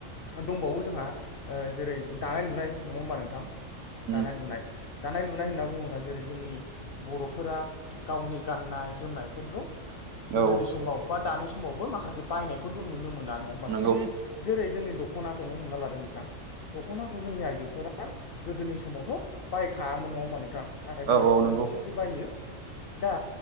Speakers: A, on the left; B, on the right.
A: दंबावो जोंहा ओ जेरै दानाय लुनाय नङा होमबा नोंथां
B: उम
A: दानाय लुनाय दानाय लुनाय होनना बुङोबा जेरै जोंनि बर'फोरा गावनि गाननाय जोमनायफोरखौ गोदोनि
B: औ उम
A: समाव बा दानि समावबो माखासे बायनायफोरखौ नुनो मोना नङा होमबा नोंथां
B: नंगौ
A: जेरै जोंनि दख'नाखौनो हमना लादो नोंथां दख'नाखौ जोंनि आइजोफोरा गोदोनि समावथ' बायखायामोन नङा होमबा नोंथां नाथाय दिनैनि
B: औ औ
A: समाव
B: नंगौ
A: एसे इसे बायो दा